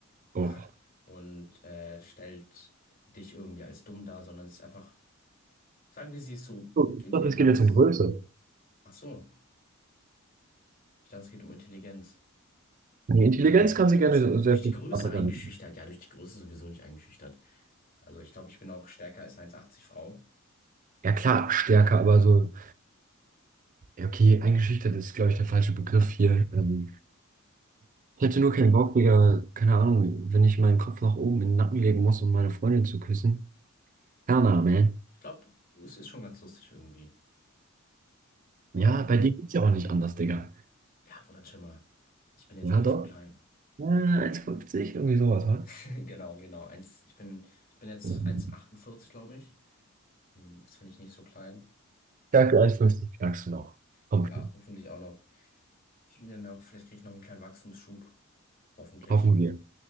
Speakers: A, on the right; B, on the left.
A: Oh.
B: <laughs> und äh, stellt dich irgendwie als dumm dar, sondern sie ist einfach, sagen wir, sie ist so
A: So,
B: gut
A: ich
B: Intelligenz.
A: dachte, es geht jetzt um Größe.
B: Ach so, ich dachte, es geht um Intelligenz.
A: Die Intelligenz kann sie gerne
B: Ach so, durch
A: sehr viel
B: die Größe
A: stärker
B: eingeschüchtert.
A: sein.
B: Ja, durch die Größe sowieso nicht eingeschüchtert. Also ich glaube, ich bin auch stärker als 1,80 Frau.
A: Ja klar, stärker, aber so. Ja, okay, eingeschüchtert ist, glaube ich, der falsche Begriff hier. Ähm, ich hätte nur keinen Bock, Digga, keine Ahnung, wenn ich meinen Kopf nach oben in den Nacken legen muss, um meine Freundin zu küssen. Kana, man.
B: Ich glaube, es ist schon ganz lustig irgendwie, oder?
A: Ja, bei dir geht's ja auch nicht anders, Digga.
B: Ja, Bruder, chill mal. Ich bin jetzt
A: Ja,
B: auch nicht
A: doch.
B: so klein.
A: Äh, 1,50, irgendwie sowas, ha?
B: <laughs> Genau, genau. Eins, ich bin, ich bin jetzt
A: Mhm.
B: 1,48, glaube ich. Hm, Das finde ich nicht so klein.
A: Ich Sag 1,50 knackst du noch. Komm
B: Ja,
A: schon.
B: hoffentlich auch noch. Ich bin dann noch, vielleicht kriege ich noch einen kleinen Wachstumsschub. Hoffentlich.
A: Hoffen wir.